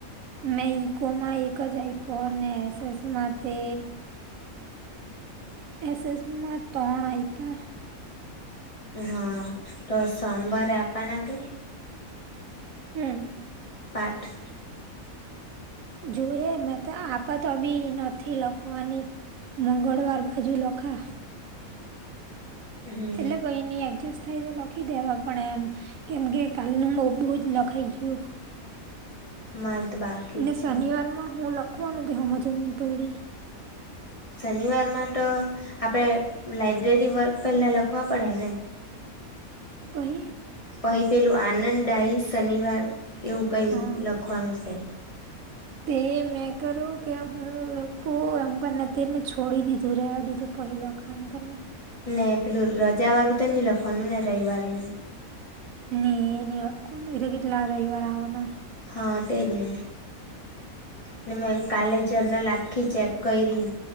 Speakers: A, on the right; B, on the left.
A: મેં ઈકોમાં એક જ આયપો અને એસસ મા તે એસ એસ માં તણ આયપા.
B: હા, તો સોમવારે આપવાના કે?
A: હમ્મ.
B: પાઠ
A: જોએ મે તો આપા તો બી નથી લખવાની. મંગળવાર બાજુ લખા.
B: હમ
A: એટલે કોઈ નઈ એડજસ્ટ થાય તો લખી દેવા પણ એમ કેમ કે કાલનું બહ બઉ જ લખાઈ ગયું.
B: મારું તો બાકી
A: ને
B: જ
A: શનિવારમાં
B: છે
A: હું લખવાનું ત હમજની પઢી.
B: શનિવારમાં તો આપણે લાાઈબ્રેરી વર્ક પહેલાં લખવા પડે ને?
A: પહી.
B: પહી પેલું આનંદ દાય શનિવાર એવું કઈ
A: હા
B: લખવાનું છે.
A: તે મેં કરું કે હું લખું એમ કરીને તેને છોડી દીધું રેવા દીધું. પહલા ખામ કરને.
B: ને પેલું રજા વારું તો નઈ લખવાનું ને રવિવાર નુ?
A: નઈ ન કોણ કેટલા રવિવાર આવવાના.
B: હ તેજ ને. ને મેં કાલે જર્નલ આખી ચેક કરી